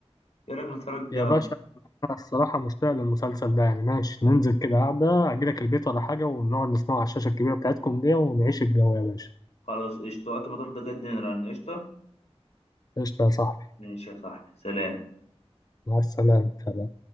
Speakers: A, on the left; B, on the left.
A: ايه رايك نتفرج
B: يا باشا انا الصراحة مشتاق للمسلسل ده يعني ماشي ننزل كده قعدة اجيلك البيت ولا حاجة ونقعد نسمعه على الشاشة الكبيرة بتاعتكم دي ونعيش الجو يا باشا
A: خلاص قشطه وقت ما تفضى جدا رن قشطه
B: قشطة يا صاحبي
A: ماشي يا صاحبي سلام
B: مع السلامة سلام.